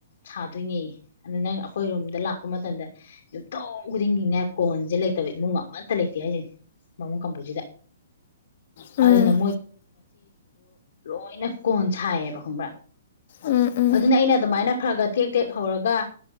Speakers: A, on the left (about 70°); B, on the left (about 55°).
A: ꯁꯥꯗꯣꯏꯅꯦ ꯑꯗꯨ ꯅꯪ ꯑꯩꯈꯣꯏ ꯔꯨꯝꯗ ꯂꯥꯛꯄ ꯃꯇꯝꯗ ꯌꯨꯝꯊꯣꯡ ꯈꯨꯗꯤꯡꯒꯤꯅꯦ ꯀꯣꯟꯁꯦ ꯂꯩꯇꯕ ꯏꯃꯨꯡ ꯑꯃꯠꯇ ꯂꯩꯇꯦ ꯍꯥꯏꯁꯤꯅꯤ ꯀꯝꯄꯧꯁꯤꯗ
B: ꯎꯝ
A: ꯑꯗꯨꯅ ꯃꯣꯏꯅ ꯀꯣꯟ ꯁꯥꯏꯌꯦꯕ ꯈꯪꯕ꯭ꯔꯥ
B: ꯎꯝ ꯎꯝ ꯎꯝ
A: ꯑꯗꯨꯅ ꯑꯩꯅ ꯑꯗꯨꯃꯥꯏꯅ ꯈꯔ ꯈ ꯇꯦꯛ ꯇꯦꯛ ꯍꯧꯔꯒ